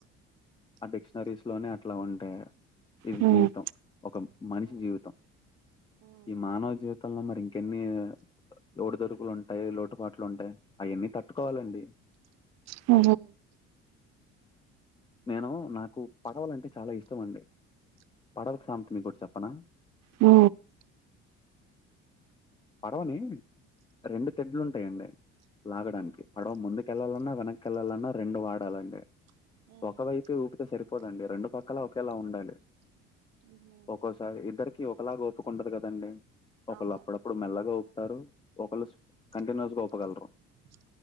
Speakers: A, on the left (about 15°); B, on the right (about 55°).
A: ఆ డిక్షనరీస్ లోనే అట్లా ఉంటె ఇది
B: అవును.
A: జీవితం ఒక మనిషి జీవితం ఈ మానవ జీవితం తంలో మరి ఇంకెన్ని ఓడి దురుకులుంటాయి లోటు పాట్లు ఉంటాయి అవన్నీ తట్టుకోవాలండి
B: ఊ
A: నేను నాకు పడవలు అంటే చాలా ఇష్టం అండి పడవలు సామేత మీకు ఒకటి చెప్పనా
B: ఉ
A: పర్వని రెండు తెడ్లు ఉంటాయండి లాగడానికి పడవ ముందుకెళ్ళాలన్నా వెనక్కి వెళ్ళాలన్నా రెండు వాడాలండి ఒకవైపు ఊపితే సరిపోదండి రెండు పక్కల ఒకేలా ఉండాలి ఒకస్ ఇద్దరికి ఒకలా ఓపిక ఉండదు కదండి ఒకళ అప్పుడ ఇప్పుడు మెల్లగా ఊపుతారు ఒకళ్ళు కంటిన్యూస్ గా ఊపగలరు